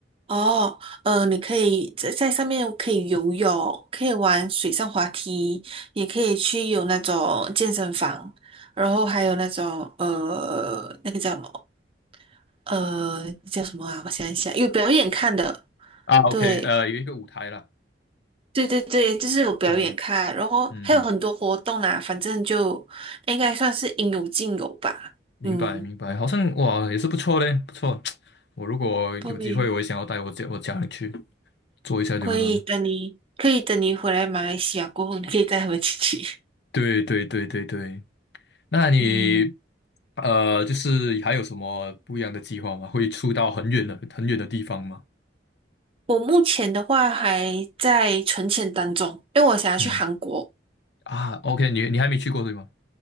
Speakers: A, on the right (about 30°); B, on the left (about 65°).
A: 哦，嗯，你可以在在上面可以游泳，可以玩水上滑梯，也可以去有那种健身房，然后还有那种呃那个叫什么？呃，叫什么啊？我想一想，有表演看的，
B: 啊，OK，
A: 对，
B: 呃，有一个舞台啦，
A: 对对对，就是有表演看，
B: 嗯
A: 然后还有很多活动啦，
B: 嗯嗯
A: 反正就应该算是应有尽有吧。
B: 明白明白，
A: 嗯，
B: 好像哇也是不错嘞，不错。<tsk> 我如果有机会，
A: 对，
B: 我也想要带我家我家人去做一下游轮。
A: 可以等你，可以等你回来马来西亚过后，你可以带他们去去。
B: 对对对对对，那你
A: <laughs> 嗯，
B: 呃，就是还有什么不一样的计划吗？会出到很远的很远的地方吗？
A: 我目前的话还在存钱当中，因为我想要去韩国，
B: 嗯啊，OK，你你还没去过对吗？